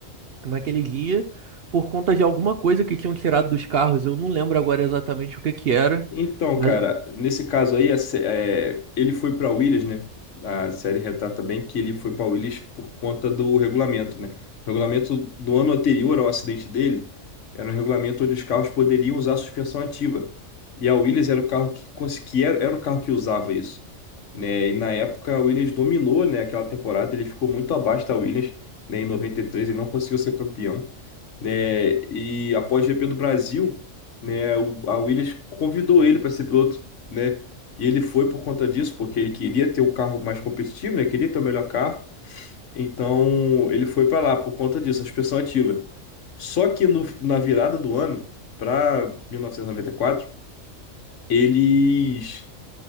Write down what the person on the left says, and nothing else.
Então,
cara, nesse caso aí, a sé- é, ele foi para Williams, né? A série retrata bem que ele foi para Williams por conta do regulamento, né? O regulamento no ano anterior ao acidente dele era um regulamento onde os carros poderiam usar suspensão ativa. E a Williams era o carro que conseguia, era, era o carro que usava isso, né? E na época a Williams dominou, né, aquela temporada, ele ficou muito abaixo da Williams, né, em 93 ele não conseguiu ser campeão né? E após o GP do Brasil, né? o- A Williams convidou ele para ser piloto, né? E ele foi por conta disso, porque ele queria ter o carro mais competitivo, né? Queria ter o melhor carro. Então ele foi para lá por conta disso, a suspensão ativa. Só que no- na virada do ano, para 1994, eles